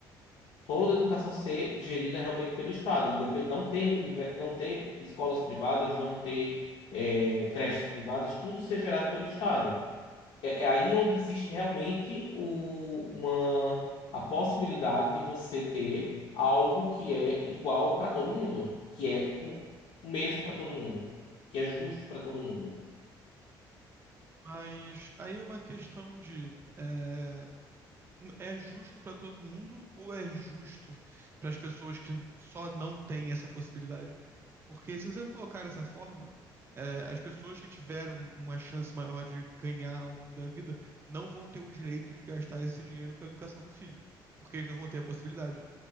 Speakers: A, on the left; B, on the right.
A: toda
B: Sim.
A: a educação ser gerida realmente pelo Estado, independ, não ter, univer- não ter escolas privadas, não ter eh, creches privadas, tudo ser gerado pelo Estado. É, é aí onde existe realmente o- uma, a possibilidade de você ter algo que é igual para todo mundo, que é um- o mesmo para todo mundo, que é justo para todo mundo.
B: Mas aí é uma questão de. é, é justo para todo mundo ou é justo para as pessoas que só não têm essa possibilidade? Porque se você colocar dessa forma, é, as pessoas que tiveram uma chance maior de ganhar ao longo da vida não vão ter o direito de gastar esse dinheiro com a educação do filho, porque eles não vão ter a possibilidade.